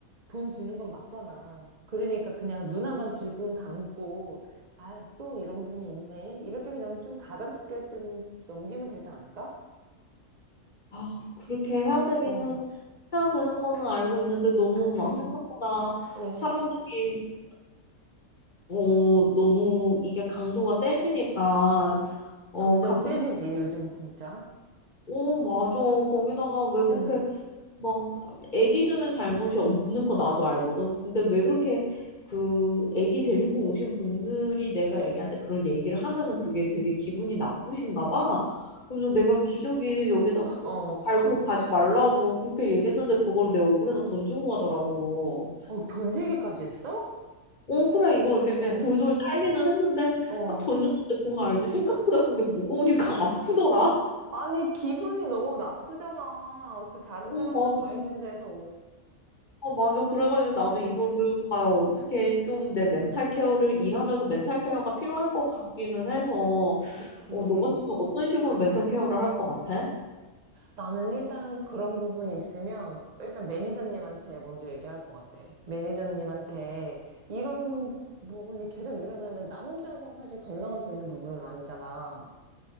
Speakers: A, on the right (about 45°); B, on the left (about 40°).
A: 돈 주는 건 맞잖아. 그러니까 그냥 눈 한번 질끈 감고, 아, 또 이런 분이 있네. 이렇게 그냥 좀 가볍게 좀 넘기면 되지 않을까?
B: 아, 그렇게 해야 되기는
A: 어,
B: 해야 되는 거는 알고 있는데 너무
A: <laughs>
B: 막 생각보다
A: 어.
B: 사람들이 어, 너무 이게 강도가 세지니까, 어,
A: 점점
B: 가끔
A: 세지지, 요즘 진짜.
B: 오 어, 맞아. 거기다가 왜 그렇게
A: 응,
B: 막, 애기들은 잘못이 없는 거 나도 알거든. 근데 왜 그렇게 그 애기 데리고 오신 분들이 내가 애기한테 그런 얘기를 하면은 그게 되게 기분이 나쁘신가 봐. 그래서 내가 기저귀 여기다 뭐
A: 어.
B: 갈고 가지 말라고 그렇게 얘기했는데 그걸 내 얼굴에다 던지고 가더라고.
A: 어, 던지기까지 했어?
B: 어 그래 이걸 이렇게, 이렇게
A: 어.
B: 돌돌 쌀기는 했는데
A: 어.
B: 딱 던졌는데 그거 알지? 생각보다 그게 무거우니까 <laughs> 아프더라.
A: 아니, 기분이 너무 나쁘잖아. 그 다른
B: 어
A: 사람들
B: 맞아.
A: 다 있는 데서.
B: 아 맞아. 그래가지고 나도
A: 어,
B: 이거를 과연 어떻게 좀 내 멘탈 케어를 일하면서 멘탈 케어가 필요할 것 같기는 해서
A: 그치.
B: 어, 너 같은 경우 어떤 식으로 멘탈
A: 응.
B: 케어를 할 것 같아?
A: 나는 일단 그런 부분이 있으면 일단 매니저님한테 먼저 얘기할 것 같아. 매니저님한테 이런 부분이 계속 일어나면 나 혼자서 사실 감당할 수 있는 부분은 아니잖아.